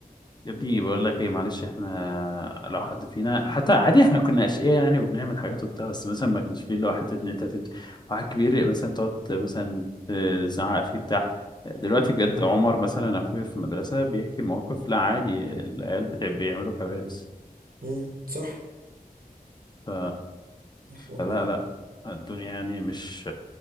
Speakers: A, on the left; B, on the right.
A: يا ابني بقول لك ايه معلش احنا لو حد فينا حتى عادي احنا كنا اشقياء يعني وبنعمل حاجات وبتاع بس مثلا ما كانش فيه اللي هو حته ان انت تد... واحد كبير مثلا تقعد مثلا تزعق فيه بتاع دلوقتي بجد
B: مم.
A: عمر مثلا اخويا في المدرسه بيحكي مواقف لا عادي العيال بتاع بيعملوا كوارث
B: مم. صح
A: ف...
B: صح والله
A: فلا لا الدنيا يعني مش